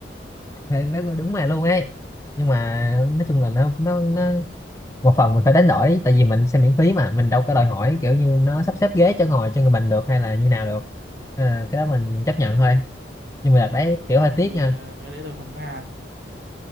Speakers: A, on the left; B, on the right.
A: Thì nó đúng mà luôn ấy nhưng mà nói chung là nó nó nó một phần mình phải đánh đổi tại vì mình xem miễn phí mà mình đâu có đòi hỏi kiểu như nó sắp xếp ghế cho ngồi cho người mình được hay là như nào được Nên cái đó mình chấp nhận thôi nhưng mà đợt đấy kiểu
B: Thôi
A: hơi tiếc
B: tôi
A: nha
B: ờ, mấy cái đấy tôi không có ham.